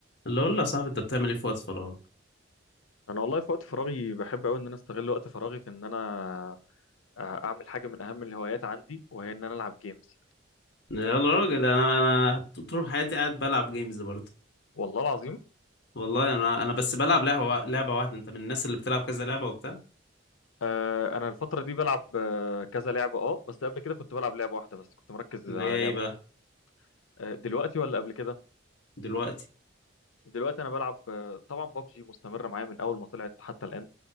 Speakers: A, on the left (about 55°); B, on the left (about 80°).
A: اللي اقول له يا صاحبي انت بتعمل ايه في وقت فراغك
B: انا والله في وقت فراغي بحب قوي ان انا استغل وقت فراغي في ان انا آه، اعمل حاجه من اهم الهوايات عندي وهي ان انا العب جيمز
A: يا راجل انا انا طول حياتي قاعد بلعب جيمز برضه
B: والله العظيم
A: والله انا انا بس بلعب لعبه لعبه واحده انت من الناس اللي بتلعب كذا لعبه وبتاع
B: آه، انا الفتره دي بلعب آه، كذا لعبه اه بس قبل كده كنت بلعب لعبه واحده بس كنت مركز
A: اللي
B: على
A: هي ايه
B: لعبه
A: بقى
B: واحده آه، دلوقتي ولا قبل كده
A: دلوقتي
B: دلوقتي انا بلعب آه، طبعا ببجي مستمره معايا من اول ما طلعت حتى الان